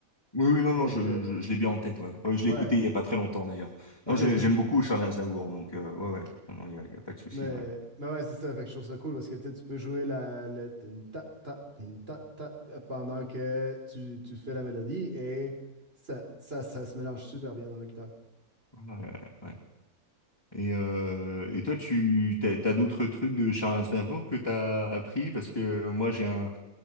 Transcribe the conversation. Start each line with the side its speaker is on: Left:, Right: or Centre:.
Left: Oui, oui, non,
Right: Donc,
Left: non, je,
Right: euh,
Left: je, je l'ai bien en tête, ouais. Ouais, je l'ai
Right: ouais,
Left: écouté il y a pas très longtemps, d'ailleurs.
Right: ok,
Left: Non, j'ai-
Right: cool.
Left: j'aime beaucoup Charles Aznavour, donc, euh, ouais, ouais. Non, non, il y a, il y a pas de souci,
Right: Mais,
Left: ouais.
Right: mais ouais, c'est ça, fait que je trouve ça cool parce que, tu sais, tu peux jouer la, le tum, ta, ta, tum, ta, ta, pendant que tu, tu fais la mélodie et ça, ça, ça se mélange super bien dans la guitare.
Left: Ouais, ouais, ouais. Et, euh, et toi, tu t'as, t'as d'autres trucs de Charles Aznavour que t'as appris? Parce que moi, j'ai un,